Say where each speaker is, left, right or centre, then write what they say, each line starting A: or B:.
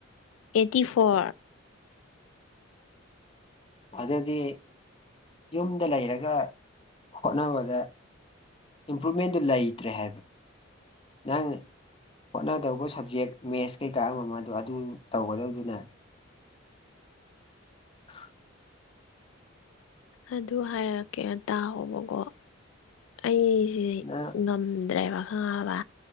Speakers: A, on the left; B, on the left.
A: ꯑꯦꯠꯇꯤ ꯐꯣꯔ
B: ꯑꯗꯨꯗꯤ ꯌꯨꯝꯗ ꯂꯩꯔꯒ ꯍꯣꯠꯅꯕꯗ ꯏꯝꯄ꯭ꯔꯨꯞꯃꯦꯟꯗꯨ ꯂꯩꯇ꯭ꯔꯦ ꯍꯥꯏꯕ ꯅꯪ ꯍꯣꯠꯅꯗꯧꯕ ꯁꯕꯖꯦꯛ ꯃꯦꯠꯁ ꯀꯩꯀꯥ ꯑꯃꯗꯣ ꯑꯗꯨ ꯇꯧꯒꯗꯧꯕꯗꯨꯅ <inaudible>
A: ꯑꯗꯨ ꯍꯥꯏꯔꯛꯀꯦ ꯇꯥꯎꯑꯣꯕꯀꯣ ꯑꯩ ꯖꯦ
B: ꯅꯪ
A: ꯉꯝꯗ꯭ꯔꯦꯕꯥ ꯈꯪꯉꯕꯥ